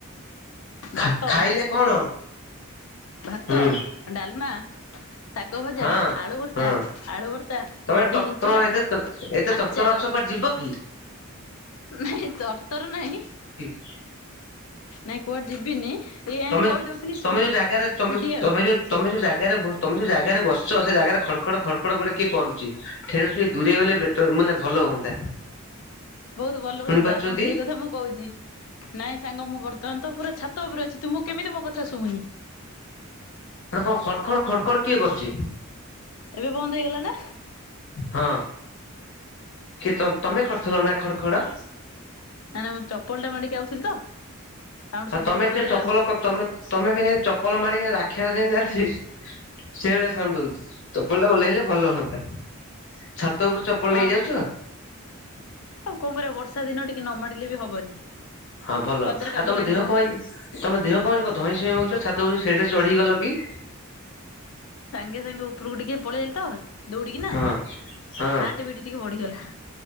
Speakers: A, on the left (about 60°); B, on the left (about 80°).
A: ଖା
B: ଭାତ
A: ଖାଇଲେ କଣ ହୁଁ
B: ଭାତ
A: ହଁ।
B: ଡାଲମା ଶାଗ ଭଜା
A: ହଁ
B: ଆଳୁବର୍ତା ଆଳୁ ବର୍ତା
A: ତମେ
B: ବଢୀ
A: ତମ
B: ଚୁରା
A: ଏତେ ଏତେ
B: ଆଚାର
A: ତରତର ଅଛ କୁଆଡେ ଯିବ କି
B: ନାଇଁ ତରତର ନାହିଁ
A: <inaudible>
B: ନାଇଁ କୁଆଡେ ଯିବିନି। ଟିକେ ଏମିତି
A: ତମେ
B: କହିଦଉଥିଲି ସ୍ପି
A: ତମେ ଯୋଉ ଜାଗାରେ ତମେ
B: ସ୍ପିଡି ଆଉ
A: ତମେ ଯୋଉ ତମେ ଯୋଉ ଜାଗାରେ ତମେ ଯୋଉ ଜାଗାରେ ବସିଛ ସେ ଜାଗାରେ ଖଡ ଖଡ ଖଡ ଖଡ ଗୋଟେ କିଏ କରୁଛି। ଠେ ଟିକେ ଦୂରେଇ ଗଲେ ବେଟ ମାନେ ଭଲ ହୁଅନ୍ତା।
B: ବହୁତ ଭଲ
A: ଶୁଣି
B: ହୁଅନ୍ତା
A: ପାରୁଛନ୍ତି
B: ସେଇ କଥା ମୁଁ କହୁଛି। ନାଇଁ ସାଙ୍ଗ ମୁଁ ବର୍ତ୍ତମାନ ତ ପୁରା ଛାତ ଉପରେ ଅଛି ତୁ ମୁଁ କେମିତି ମୋ କଥା ସୁବୁନି।
A: ଆ କ ଖଡ ଖଡ ଖଡ ଖଡ କିଏ କରୁଛି।
B: ଏବେ ବନ୍ଦ ହେଇଗଲା ନା
A: ହଁ କିଏ ତମେ କରିଥିଲ ନା ଖଡ ଖଡ
B: ନାଇଁ ନା ମୁଁ ଚପଲ ଟା ମାଡିକି ଆାଉଥିଲି ତ ସାଉଣ୍ଡ ଶୁଭୁଥିବ
A: ଆଉ ତମେ
B: ବୋଧେ
A: ଚପଲମେ
B: ଆଉ।
A: ତମେ କେତି ଚପଲ ମାରିକ ରାକ୍ଷମିତି <unintelligible> ସେଇ ଭଳିଆ ସାଉଣ୍ଡ ହଉଛି ଚୋପଲ ଟା ଓ୍ଇଲେ ଭଲ ହୁଅନ୍ତା ଛାତ ଉପରୁ ଚପଲ
B: ହଁ
A: ନେଇଯାଉଛୁ।
B: ଆଉ କଣ କରିବା ବର୍ଷା ଦିନ ଟିକେ ନ ମାଡିଲେ ବି ହବନି।
A: ହଁ ଭଲ
B: ପାଦରେ କାଦୁଅ
A: ଆଉ ତମ
B: ଲାଗିବ।
A: ଦେହ କ ତମ ଦେହ କଣଛ ଧଇଁ ସଇଁ ହଉଛ ଛାତ ସେଠରେ ଚଢିଗ ଗଲ କି
B: ସାଙ୍ଗେ ସାଙ୍ଗେ ଉପରକୁ ଟିକେ ପଳେଇଗଲି ତ ଦୌଡିକି ନା
A: ହଁ ହଁ
B: ହାର୍ଟ ବିଟ ଟିକେ ବଢିଗଲା